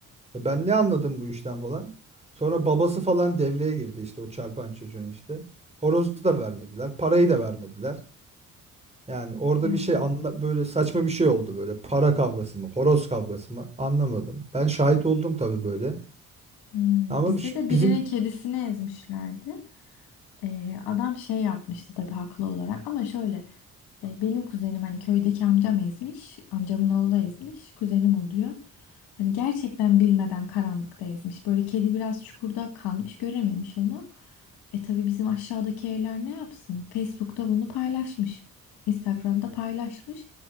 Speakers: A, on the right; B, on the left.
A: E ben ne anladım bu işten falan. Sonra babası falan devreye girdi işte o çarpan çocuğun işte. Horozu da vermediler parayı da vermediler. Yani orada
B: Ya.
A: bir şey anla böyle saçma bir şey oldu böyle. Para kavgası mı, horoz kavgası mı anlamadım. Ben şahit oldum tabii böyle.
B: Hmm,
A: Ama
B: bizde
A: şu-
B: de birinin
A: bizim
B: kedisini ezmişlerdi. Ee, adam şey yapmıştı tabii haklı olarak ama şöyle e, benim kuzenim hani köydeki amcam ezmiş. Amcamın oğlu ezmiş. Kuzenim oluyor. Hani gerçekten bilmeden karanlıkta ezmiş. Böyle kedi biraz çukurda kalmış görememiş onu. E tabii bizim aşağıdaki evler ne yapsın? Facebook'ta bunu paylaşmış. Instagram'da paylaşmış.